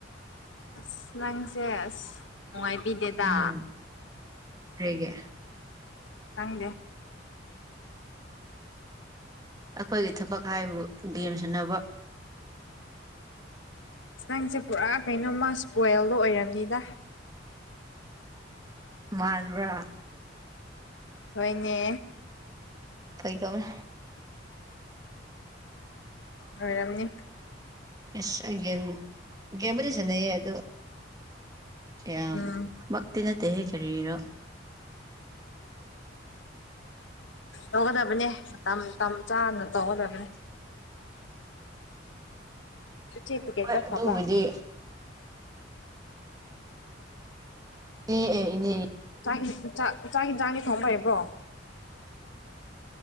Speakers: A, on the left (about 80°); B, on the right (about 20°).
A: ꯑꯁ ꯅꯪꯁꯦ ꯐꯁ ꯅꯨꯡꯉꯥꯏꯕꯤꯗꯦꯗ
B: ꯎꯝ ꯀꯔꯤꯒꯤ
A: ꯆꯪꯗꯦ
B: ꯑꯩꯈꯣꯏꯒꯤ ꯊꯕꯛ ꯍꯥꯏꯕꯨ ꯒꯦꯝ ꯁꯥꯅꯕ
A: ꯅꯪꯁꯦ ꯄꯨꯔꯥ ꯀꯩꯅꯣꯃ ꯏꯁꯄꯣꯏꯜꯗꯣ ꯑꯣꯏꯔꯝꯅꯤꯗ
B: ꯃꯥꯟꯕꯔ
A: ꯍꯣꯏꯅꯦ
B: ꯐꯩꯗꯧꯅꯦ
A: ꯑꯣꯏꯔꯝꯅꯤ
B: ꯌꯦꯁ ꯑꯩ ꯒꯦꯝ ꯒꯦꯝꯕꯨꯗꯤ ꯁꯥꯟꯅꯩꯌꯦ ꯑꯗꯣ ꯑ
A: ꯎꯝ
B: ꯃꯛꯇꯤ ꯅꯠꯇꯦ ꯍꯦ ꯀꯔꯤꯔꯣ
A: ꯇꯧꯒꯗꯕꯅꯦ ꯃꯇꯝ ꯃꯇꯝ ꯆꯥꯅ ꯇꯧꯒꯗꯕꯅꯦ ꯆꯦꯇ ꯀꯦꯀ
B: ꯍꯣꯏ ꯑꯗꯨꯕꯨꯗꯤ
A: ꯍꯥꯕ
B: ꯏꯅꯦ ꯑꯦ ꯏꯅꯦ
A: ꯆꯥꯛ ꯆꯥꯛ ꯆꯥꯛ ꯌꯦꯟ ꯆꯥꯡꯒꯤ ꯊꯣꯡ ꯐꯔꯤꯕ꯭ꯔꯣ